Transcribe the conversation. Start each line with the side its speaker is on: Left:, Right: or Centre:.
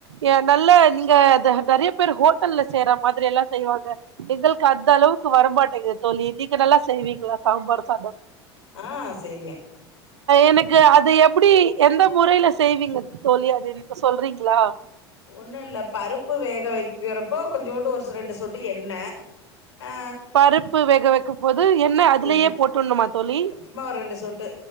Right: ஏ நல்லா நீங்க ங்க நெறைய பேர் ஹோட்டல்ல செய்ற மாதிரி எல்லாம் செய்வாங்க எங்களுக்கு அந்த அளவுக்கு வரமாட்டேங்குது தோழி நீங்க நல்லா செய்வீங்களா சாம்பார் சாதம்
Left: ஆ செய்வேன்
Right: எனக்கு அது எப்டி எந்த முறையில செய்வீங்க தோழி அது எனக்கு சொல்றீங்க ங்களா
Left: ஒண்ணும் இல்ல பருப்பு வேக வைக்கறப்போ கொஞ்சோன்டு ஒரு ரெண்டு சொட்டு எண்ணெ ஆ
Right: பருப்பு வேக வைக்கும் போது என்ன அதுலயே
Left: எண்ணெ
Right: போட்டுணுமா தோழி
Left: சும்மா ஒரு ரெண்டு சொட்டு